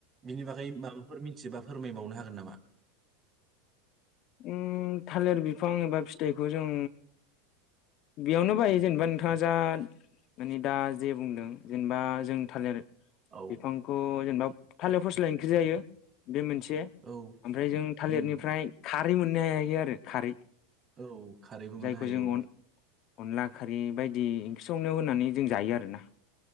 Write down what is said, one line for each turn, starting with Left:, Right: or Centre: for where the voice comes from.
Right: बिनि बागै माबाफोर मिन्थियोबा फोरमायबावनो हागोन नामा
Left: उम थालेर बिफां एबा फिथाइखौ जों बेयावनो बाहायो जेनबा नोंथाङा जाद मानि दा जे बुंदों जेनबा जों थालिर
Right: औ
Left: बिफांखौ जेनबा थालेर फस्ला ओंख्रि जायो बे मोनसे
Right: औ
Left: ओमफ्राय जों थालिरनिफ्राय
Right: उम
Left: खारै मोननो हायो आरो खारै
Right: औ खारैबो मोननो
Left: जायखौ
Right: हायो
Left: जों
Right: औ
Left: अन अनला खारै बायदि ओंख्रि संनायाव होनानै जों जायो आरोना।